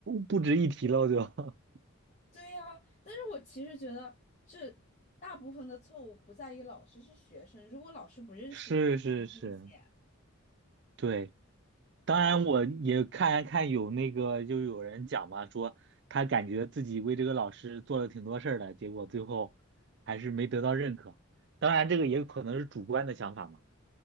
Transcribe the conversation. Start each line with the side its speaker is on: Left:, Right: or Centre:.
Right: 不值一提了就。
Left: 对呀，但是我其实觉得这大部分的错误不在于老师，是学生。如果老师不认识你，
Right: <laughs> 是是是，
Left: 很危险。
Right: 对。当然，我也看看有那个，就有人讲嘛，说他感觉自己为这个老师做了挺多事儿的，结果最后还是没得到认可。当然，这个也可能是主观的想法嘛。